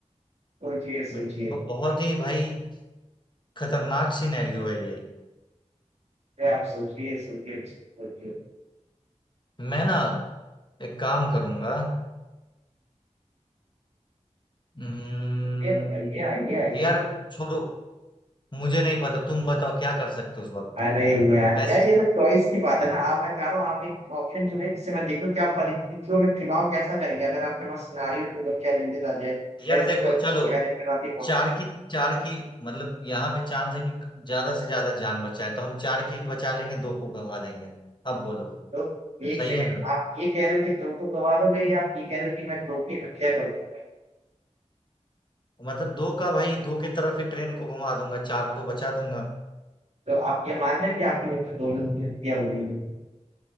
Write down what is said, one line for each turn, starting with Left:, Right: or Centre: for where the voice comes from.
Right: सोचिए सोचिए
Left: ब- बहुत ही भाई खतरनाक सिनेरियो है ये
Right: अरे आप सोचिए सोचिए सोचिए
Left: मैं ना एक काम करूंगा हम्म,
Right: ये बताइए आइए आइए
Left: यार छोड़ो मुझे नहीं पता तुम बताओ क्या कर सकते हो उस वक्त
Right: अरे यार
Left: ऐसे
Right: यार ये तो चॉइस की बात है ना आप मैं कह रहा हूँ आप एक ऑप्शन चुने जिससे मैं देखूं कि आप परिस्थितियों में चुनाव कैसा करेंगे अगर आपके पास सिनारियो टू चैलेंजेस आ जाए
Left: यार
Right: ऐसी
Left: देखो
Right: परिस्थिति
Left: चलो
Right: आ जाए चुनौतीपूर्ण
Left: चार की चार की मतलब यहाँ पे चांस है कि ज्यादा से ज्यादा जान बचाए तो हम चार की बचा लेंगे दो को गवा देंगे अब बोलो
Right: तो एक
Left: सही
Right: सेकंड
Left: है ना
Right: आप ये कह रहे हो कि दो को गवा दोगे या आप ये कह रहे हो कि मैं दो की हत्या करूंगा
Left: मतलब दो का भाई दो की तरफ ही ट्रेन को घुमा दूंगा चार को बचा दूंगा
Right: तो आप ये मान रहे हैं कि आपकी वजह से दो लोगों की हत्या हो जाएगी